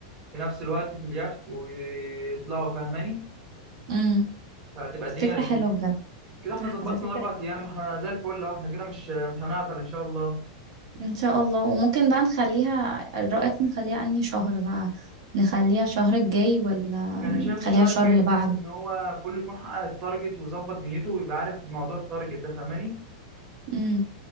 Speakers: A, on the right; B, on the right.
A: في نفس الوقت في اليخت ويطلعوا فاهماني
B: امم
A: فهتبقى
B: فكرة
A: الدنيا لذيذة
B: حلوة بجد
A: كده إحنا ظبطنا
B: على فكرة
A: الأربع أيام إحنا زي الفل أهو، إحنا كده مش مش هنعطل إن شاء الله
B: ان شاء الله وممكن بقى نخليها رأيك نخليها انهي شهر بقى نخليها الشهر الجاي ولا
A: انا شايف
B: نخليها
A: الشهر
B: الشهر
A: الجاي
B: اللي
A: تحس
B: بعده
A: ان هو كله يكون حقق التارجت وظبط دنيته ويبقى عارف موضوع التارجت ده فاهماني
B: امم